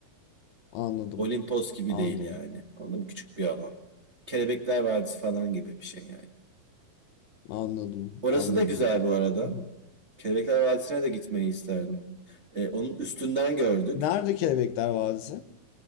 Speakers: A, on the left; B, on the right.
A: Anladım.
B: Olimpos gibi
A: Anladım.
B: değil yani. Anladın mı? Küçük bir alan. Kelebekler Vadisi falan gibi bir şey yani.
A: Anladım.
B: Orası
A: Anladım.
B: da güzel bu arada.
A: Hı hı.
B: Kelebekler Vadisi'ne de gitmeyi isterdim. E, onun üstünden gördük.
A: Nerede Kelebekler Vadisi?